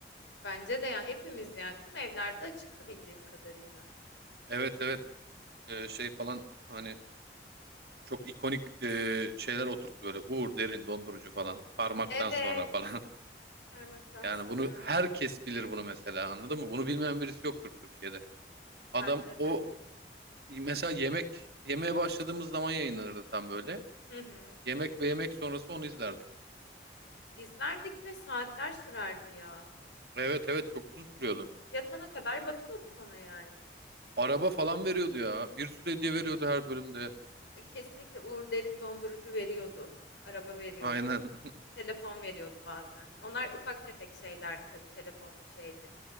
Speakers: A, on the left; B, on the right.
A: Bence de ya hepimiz yani tüm evlerde açıktı bildiğim kadarıyla.
B: Evet evet. Ee, şey falan hani çok ikonik e, şeyler oturttu böyle. Uğur Derin dondurucu falan. Parmaktan
A: Evet.
B: sonra falan. <laughs>
A: Parmaktan
B: Yani
A: sonra
B: bunu herkes bilir bunu mesela anladın mı? Bunu bilmeyen birisi yoktur Türkiye'de. Adam
A: bence
B: o
A: de.
B: mesela yemek yemeye başladığımız zaman yayınlanırdı tam böyle.
A: Hı hı.
B: Yemek ve yemek sonrası onu izlerdik.
A: İzlerdik ve saatler sürerdi ya.
B: Evet evet çok uzun sürüyordu.
A: Yatana kadar bakıyorduk ona yani.
B: Araba falan veriyordu ya. Bir süre diye veriyordu her bölümde.
A: Kesinlikle Uğur Derin dondurucu veriyordu. Araba veriyordu.
B: Aynen. <laughs>
A: Telefon veriyordu bazen. Onlar ufak tefek şeylerdi tabii telefondu şeydi.